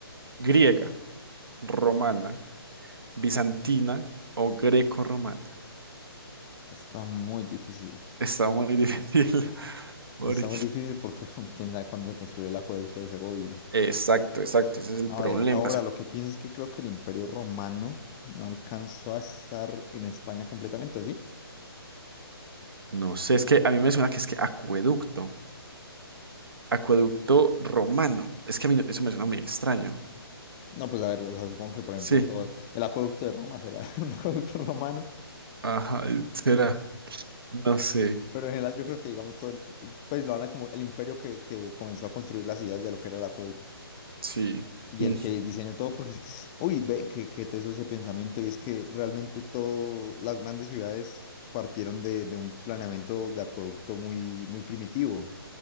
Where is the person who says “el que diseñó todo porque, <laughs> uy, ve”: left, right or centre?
Left